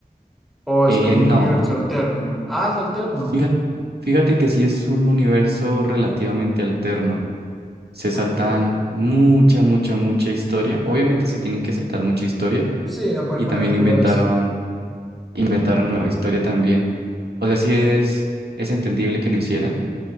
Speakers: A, in the centre; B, on the right.
A: ¿O
B: Eh,
A: es como
B: no,
A: un universo alterno? Ah, es alterno.
B: fíjate, fíjate que sí es un universo relativamente alterno. se saltan
A: Ok.
B: mucha, mucha, mucha historia. Obviamente se tienen que saltar mucha historia
A: Sí, no pueden
B: y también
A: poner todo
B: inventaron,
A: eso.
B: inventaron nueva historia también. O sea, sí es, es entendible que lo hicieran,